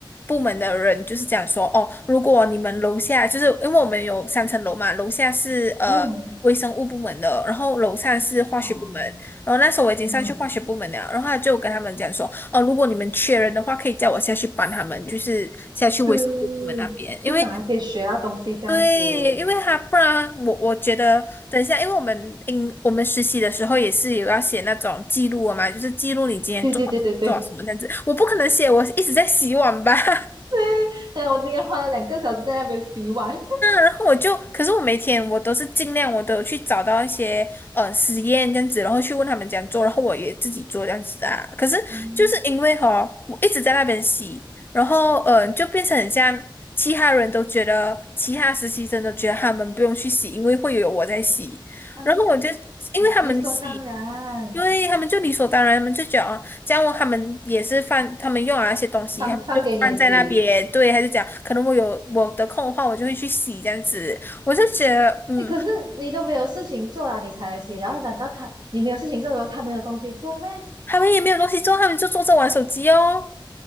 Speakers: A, on the left; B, on the right.
A: 部门的人就是讲说，哦，如果你们楼下就是因为我们有三层楼嘛，楼下是呃微生物部门的，
B: 嗯
A: 然后楼上是化学部门，
B: 哦，
A: 然后那时候我已经上去化学部门了，
B: 嗯，
A: 然后他就跟他们讲说，哦，如果你们缺人的话，可以叫我下去帮他们，就是下去微生物部门那边，
B: 对，至少还可以学到东西这样子。
A: 因为对，因为他不然我我觉得等一下，因为我们应我们实习的时候也是有要写那种记录的嘛，就是记录你今天做了做了什么这样子。
B: 对对对对对。
A: 我不可能写我一直在洗碗吧，<laughs>
B: <laughs> 对，但我今天花了两个小时在那边洗碗。
A: 然后我就，可是我每天我都是尽量我都有去找到一些呃实验这样子，然后去问他们怎样做，然后我也自己做这样子的啊。可是就是因为哈，
B: 嗯
A: 我一直在那边洗，然后呃就变成很像。其他人都觉得，其他实习生都觉得他们不用去洗，因为会有我在洗。
B: 啊，
A: 然后我就因为他们洗，
B: 理所当然，
A: 因为他们就理所当然，他们就讲啊，这样我他们也是放他们用啊那些东西，
B: 放放给你洗。
A: 他们就放在那边。对，他就讲，可能我有我的空的话，我就会去洗这样子。我就觉得，嗯，
B: 哎，可是你都没有事情做了，你才来洗。然后难道他你没有事情做的时候，他没有东西做咩？
A: 他们也没有东西做，他们就坐着玩手机哦。